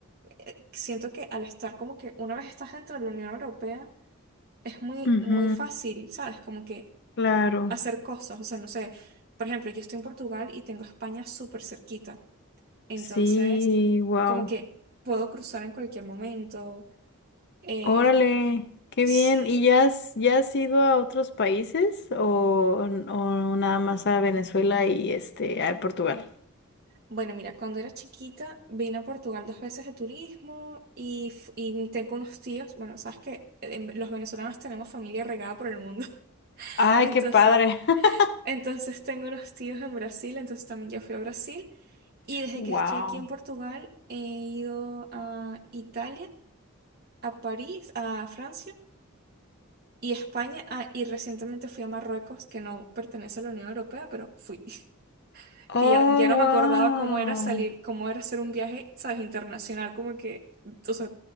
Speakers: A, on the right; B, on the left.
A: eh, siento que al estar como que una vez estás dentro de la Unión Europea, es muy,
B: Ujú,
A: muy fácil, ¿sabes? Como que
B: claro.
A: hacer cosas, o sea, no sé, por ejemplo, yo estoy en Portugal y tengo España súper cerquita, entonces
B: Sí, wow.
A: como que puedo cruzar en cualquier momento. Eh,
B: Órale, qué
A: sí,
B: bien. ¿Y ya has, ya has ido a otros países o, o nada más a Venezuela y este a Portugal?
A: bueno, mira, cuando era chiquita vine a Portugal dos veces de turismo y, f- y tengo unos tíos, bueno, sabes que eh, los venezolanos tenemos familia regada por el mundo, <laughs>
B: Ay,
A: entonces...
B: qué padre. <laughs>
A: Entonces tengo unos tíos en Brasil, entonces también ya fui a Brasil. Y desde
B: Wow.
A: que estoy aquí en Portugal he ido a Italia, a París, a Francia y España. Ah, y recientemente fui a Marruecos, que no pertenece a la Unión Europea, pero fui. <laughs>
B: Oh,
A: Que ya, ya no me
B: wow.
A: acordaba cómo era salir, cómo era hacer un viaje, ¿sabes? Internacional, como que, o sea,